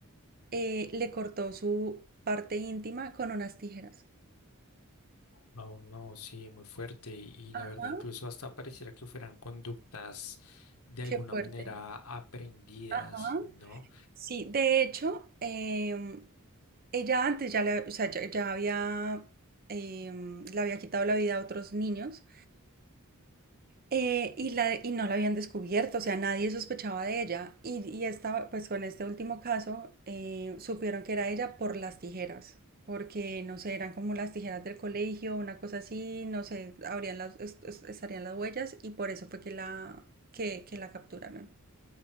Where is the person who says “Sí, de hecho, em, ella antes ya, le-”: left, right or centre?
Right